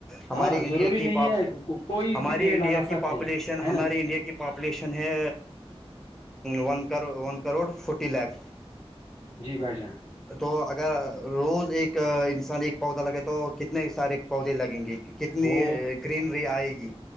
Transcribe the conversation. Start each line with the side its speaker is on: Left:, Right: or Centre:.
Centre: ہمارے
Left: ہاں
Centre: انڈیا
Left: ضروری
Centre: کی
Left: نہیں ہے کوئی
Centre: ہماراری
Left: بھی پیڑ
Centre: انڈیا
Left: لگا
Centre: کی
Left: سکتے
Centre: پاپولیشن
Left: ہیں ہے
Centre: ہمارے
Left: نا
Centre: انڈیا کی پاپولیشن ہے one one crore forty lakh
Left: جی بھائی جان
Centre: تو اگر روز ایک انسان ایک پودا لگے تو کتنے سارے پودے لگیں گے کتنی
Left: وہ
Centre: گرینری آئے گی